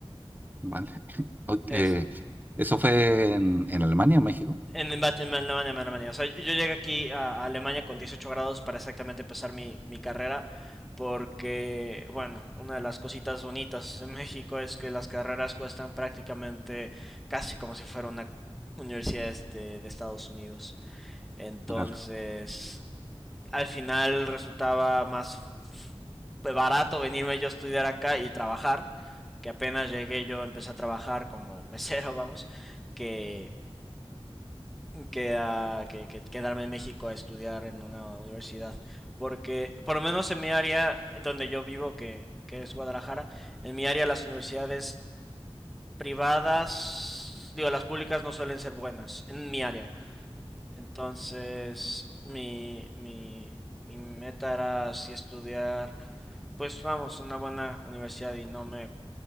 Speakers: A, on the right; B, in the centre.
A: vale. <laughs> Ok,
B: Es,
A: eh, ¿eso fue en, en Alemania o México?
B: En, en, en Alemania, en Alemania. O sea, yo llegué aquí a, a Alemania con 18 grados para exactamente empezar mi, mi carrera, porque, bueno, una de las cositas bonitas en México es que las carreras cuestan prácticamente casi como si fuera una universidad este, de Estados Unidos. Entonces,
A: Claro,
B: al final resultaba más f- barato venirme yo a estudiar acá y trabajar, que apenas llegué yo empecé a trabajar como mesero, vamos, que que, a- que, que quedarme en México a estudiar en una universidad. Porque, por lo menos en mi área donde yo vivo, que, que es Guadalajara, en mi área las universidades privadas, digo, las públicas no suelen ser buenas, en mi área. Entonces, mi, mi, mi meta era así estudiar, pues vamos, una buena universidad y no me,